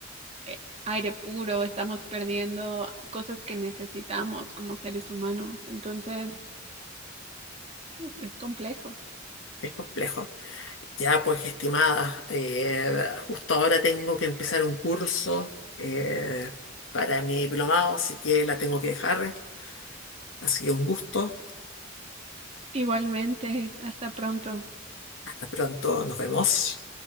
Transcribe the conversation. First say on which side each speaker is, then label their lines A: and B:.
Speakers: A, on the right; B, on the left.
A: eh, aire puro, estamos perdiendo cosas que necesitamos como seres humanos. Entonces es es complejo.
B: es complejo. Ya, pues, estimada, eh, justo ahora tengo que empezar un curso eh, para mi diplomado, así que la tengo que dejar. Ha sido un gusto.
A: Igualmente, hasta pronto.
B: Hasta pronto, nos vemos.